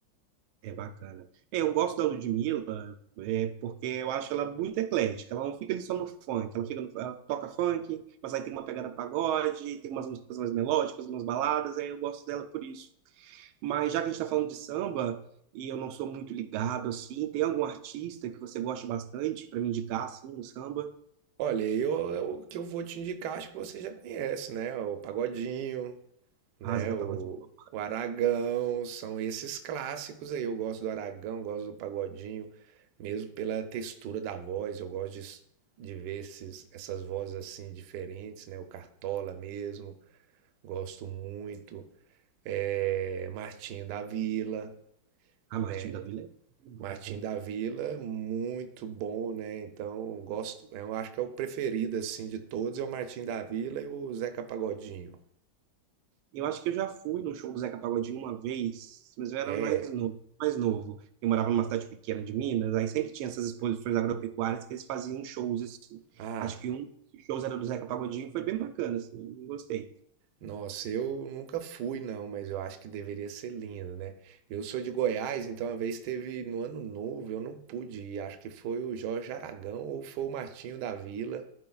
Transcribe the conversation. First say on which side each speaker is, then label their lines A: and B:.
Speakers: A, on the right; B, on the right.
A: É bacana. É, eu gosto da Ludmilla, é, porque eu acho ela muito eclética. Ela não fica ali só no funk, ela fica no- ela toca funk, mas aí tem uma pegada pagode, tem umas músicas mais melódicas, umas baladas, aí eu gosto dela por isso. Mas já que a gente está falando de samba, e eu não sou muito ligado assim, tem algum artista que você gosta bastante para me indicar assim no samba?
B: Olha, eu, eu- o que eu vou te indicar, acho que você já conhece, né? O Pagodinho, né?
A: Ah, Zeca
B: O,
A: Pagodinho.
B: o Aragão, são esses clássicos aí. Eu gosto do Aragão, gosto do Pagodinho, mesmo pela textura da voz, eu gosto de, s- de ver esses, essas vozes assim diferentes, né? O Cartola mesmo. Gosto muito. É, Martinho da Vila,
A: Ah,
B: né?
A: Martinho da Vila é bom.
B: Martinho da Vila, muito bom, né? Então, gosto, eu acho que é o preferido assim de todos, é o Martinho da Vila e o Zeca Pagodinho.
A: Eu acho que eu já fui no show do Zeca Pagodinho uma vez, mas eu era
B: É.
A: mais novo, mais novo. Eu morava numa cidade pequena de Minas, aí sempre tinha essas exposições agropecuárias que eles faziam shows assim.
B: Ah,
A: Acho que um dos shows era do Zeca Pagodinho, foi bem bacana, assim, eu gostei.
B: nossa, eu nunca fui não, mas eu acho que deveria ser lindo, né? Eu sou de Goiás, então uma vez teve no Ano Novo, eu não pude ir, acho que foi o Jorge Aragão ou foi o Martinho da Vila